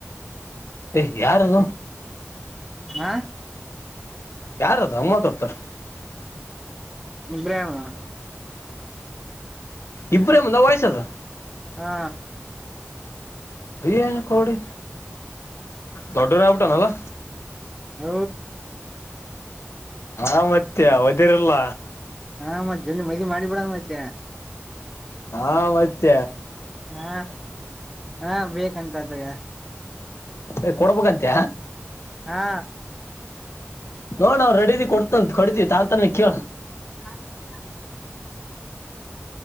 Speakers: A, on the left; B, in the centre.
A: ಏ್ ಯಾರ ಅದು
B: ಹಾ
A: ಯಾರದು ಅಮ್ಮ ತೋಡ್ತಾರ
B: ಬ್ರಾಮ
A: ಇಬ್ರಾಹಿಮ್ ಅಂದ ವಯಸ್ಸ ಅದ
B: ಹಾ
A: ಏನು ಕಡಿ ದೊಡ್ಡೋ ನಪುಟಾನಲ್ಲಾ
B: ಹ
A: ಹಾ ಮತ್ತೆ ಅವದಿರಲ್ಲ
B: ಹಾ ಮತ್ತ್ ಜಲ್ ಮದ ಮಾಡಿ ಬಿಡದು್ ಮತ್ತೆ
A: ಹಾ ಮತ್ತ
B: ಹಾ ಹಾ ಬ <unintelligible> ಂತತಗ <unintelligible>
A: ಯ ಕೊಡಬೇಕಂತ
B: ಹಾ
A: ನೋಡ್ ನಾವು ರೆಡೀಿ ಕೊಡ್ತ ಡತ <inaudible> <unintelligible> ತ್ತ ನಿಖುವ
B: ಯಡು ಕಡ